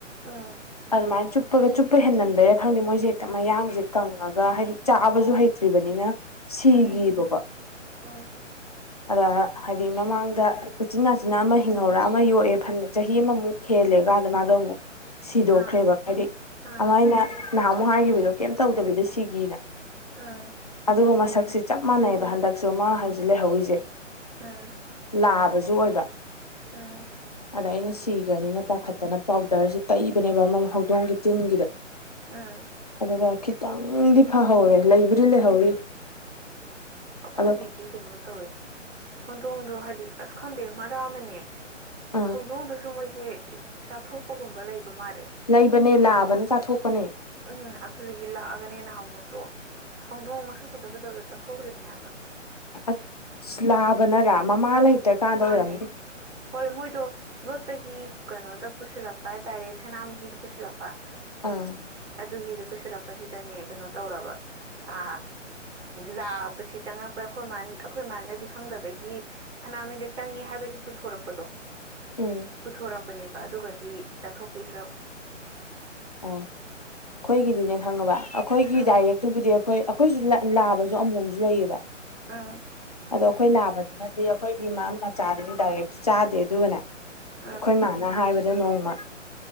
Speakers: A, on the right; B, on the left.
A: ꯑꯥ
B: ꯑꯗꯨꯃꯥꯏꯅ ꯆꯨꯞꯄꯒ ꯆꯨꯞꯄ ꯍꯦꯟꯃꯟꯕꯩꯔꯥ ꯈꯪꯗꯦ ꯃꯣꯏꯁꯦ ꯍꯦꯛꯇ ꯃꯌꯥꯡꯁꯦ ꯀꯪꯉꯒ ꯍꯥꯏꯗꯤ ꯆꯥꯕꯁꯨ ꯍꯩ ꯁꯤꯕꯅꯤꯅ ꯁꯤꯒꯤꯕꯀꯣ
A: ꯎꯝ ꯎꯝ
B: ꯑꯗ ꯍꯥꯏꯗꯤ ꯃꯃꯥꯡꯗ ꯎꯆꯤꯟꯅꯥꯆꯤꯅꯥ ꯑꯃ ꯍꯤꯡꯍꯧꯔ ꯑꯃ ꯌꯣꯛꯑꯦ ꯐꯅꯦ ꯆꯍꯤ ꯑꯃꯃꯨꯛ ꯍꯦꯜꯂꯦ ꯀꯥꯟꯗ ꯃꯥꯗꯣ ꯑꯃꯨꯛ ꯁꯤꯗꯣꯛꯈ꯭ꯔꯦꯕ
A: ꯑꯥ
B: ꯍꯥꯏꯗꯤ
A: ꯑꯥ
B: ꯑꯗꯨꯃꯥꯏꯅ ꯅꯍꯥꯟ ꯑꯃꯨꯛ ꯍꯥꯏꯈꯤꯕꯗꯣ ꯀꯩꯝ ꯇꯧꯗꯕꯤꯗ ꯁꯤꯒꯤꯅ
A: ꯎꯝ
B: ꯑꯗꯨꯒ ꯃꯁꯛꯁꯦ ꯆꯞ ꯃꯥꯟꯅꯩꯑꯕ ꯍꯟꯗꯛꯁꯨ ꯃꯥ ꯍꯥꯏꯖꯤ ꯂꯩꯍꯧꯔꯤꯁꯦ
A: ꯎꯝ
B: ꯂꯥꯕꯁꯨ ꯑꯣꯏꯕ
A: ꯎꯝ
B: ꯑꯗ ꯑꯩꯅ ꯁꯤꯒ꯭ꯔꯅꯤꯅ ꯄꯥꯈꯠꯇꯅ ꯄꯥꯎꯗꯔꯖ ꯇꯩꯕꯅꯦꯕ ꯑꯃ ꯍꯧꯗꯣꯡꯒꯤ ꯇꯤꯟꯒꯤꯗꯣ
A: ꯎꯝ
B: ꯑꯗꯨꯒ ꯈꯤꯇꯪꯗꯤ ꯐꯍꯧꯔꯦ ꯂꯩꯕꯨꯗꯤ ꯂꯩꯍꯧꯔꯤ
A: ꯑꯩꯈꯣꯏꯒꯤꯗꯤ
B: ꯑꯗꯣ
A: ꯀꯩꯅꯣ ꯇꯧꯋꯦ ꯍꯧꯗꯣꯡꯗꯣ ꯍꯥꯏꯗꯤ ꯑꯁ ꯈꯪꯗꯦ ꯃꯔꯛ ꯑꯃꯅꯦ
B: ꯑꯥ
A: ꯍꯧꯗꯣꯡꯗꯁꯨ ꯃꯣꯏꯁꯦ ꯆꯥꯊꯣꯛꯄꯒꯨꯝꯕ ꯂꯩꯕ ꯃꯥꯜꯂꯦ
B: ꯂꯩꯕꯅꯦ ꯂꯥꯕꯅ ꯆꯥꯊꯣꯛꯄꯅꯦ
A: ꯎꯝ ꯑꯗꯨꯗꯒꯤ ꯂꯥꯛꯑꯒꯅꯦ ꯅꯍꯥꯟꯕꯣꯛꯇꯣ ꯍꯧꯗꯣꯡ ꯃꯁꯛ ꯐꯖ ꯐꯖꯕꯗ ꯆꯠꯊꯣꯛ ꯈꯨꯔꯃꯦ ꯌꯥꯕ
B: ꯑꯁ ꯑꯁ ꯂꯥꯕꯅꯔꯥ ꯃꯃꯥ ꯂꯩꯇ꯭ꯔꯀꯥꯟꯗ
A: ꯃꯥꯅꯦ
B: ꯑꯣꯏꯔꯝꯅꯤ
A: ꯍꯣꯏ ꯃꯣꯏꯗꯣ ꯂꯣꯠꯄꯒꯤ ꯀꯩꯅꯣꯗ ꯄꯨꯁꯤꯜꯂꯛꯄ ꯍꯥꯏꯇꯥꯔꯦ ꯁꯅꯥꯃꯍꯤꯗ ꯄꯨꯁꯤꯜꯂꯛꯄ
B: ꯑꯥ꯫
A: ꯑꯗꯨꯒꯤꯗꯨꯣ ꯄꯨꯁꯤꯜꯂꯛꯄꯁꯤꯗꯅꯦ ꯀꯩꯅꯣ ꯇꯧꯔꯕ ꯑ ꯂꯥ ꯑꯁꯤ ꯆꯪꯉꯛꯄ ꯑꯩꯈꯣꯏ ꯑꯩꯈꯣꯏ ꯃꯥꯅꯗꯤ ꯈꯪꯗꯕꯒꯤ ꯁꯅꯥꯃꯍꯤꯗ ꯆꯪꯉꯦ ꯍꯥꯏꯕꯒꯤ ꯄꯨꯊꯣꯔꯛꯄꯗꯣ
B: ꯎꯝ
A: ꯄꯨꯊꯣꯔꯛꯄꯅꯦꯕ ꯑꯗꯨꯒꯗꯤ ꯆꯥꯊꯣꯛꯄꯤꯈ꯭ꯔꯕ
B: ꯑꯣ ꯑꯩꯈꯣꯏꯒꯤꯗꯤꯅꯦ ꯈꯪꯉꯕ ꯑꯩꯈꯣꯏꯒꯤ
A: ꯎꯝ
B: ꯗꯥꯏꯔꯦꯛꯇꯨꯕꯨꯗꯤ ꯑꯩꯈꯣꯏ ꯑꯩꯈꯣꯏꯖꯨ ꯂꯥꯕꯖꯨ ꯑꯃꯣꯝꯖꯨ ꯂꯩꯌꯦꯕ꯫
A: ꯑꯥ꯫
B: ꯑꯗꯣ ꯑꯩꯈꯣꯏ ꯅꯥꯕꯗꯨꯅꯗꯤ ꯑꯩꯈꯣꯏꯒꯤ ꯃꯥ ꯃꯆꯥꯗꯨꯗꯤ ꯗꯥꯏꯔꯦꯛꯇꯨ ꯆꯥꯗꯦ ꯑꯗꯨꯒꯅꯦ ꯑꯩꯈꯣꯏ
A: ꯎꯝ
B: ꯃꯥꯟ ꯍꯥꯏꯕꯗ ꯅꯣꯡꯃ